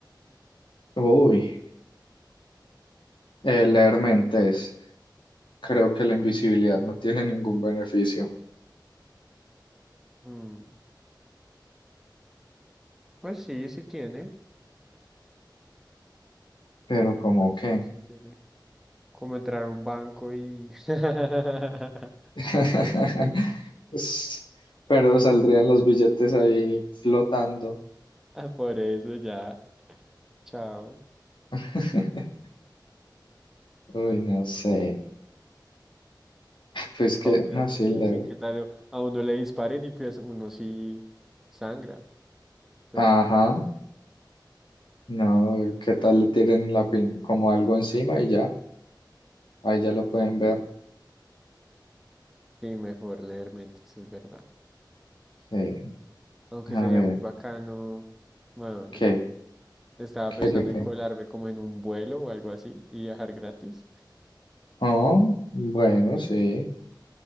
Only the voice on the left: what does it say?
Uy, eh, leer mentes. Creo que la invisibilidad no tiene ningún beneficio.
Pero ¿cómo
qué?
<laughs> Es- Pero saldrían los billetes ahí flotando.
<laughs> Uy, no sé. Pues que,
no,
sí, leer.
Ajá.
No, ¿qué tal le tiren la pin como algo encima y ya? Ahí ya lo pueden ver.
Eh,
a
ver,
¿qué?
¿Qué,
qué, qué?
Oh, bueno, sí,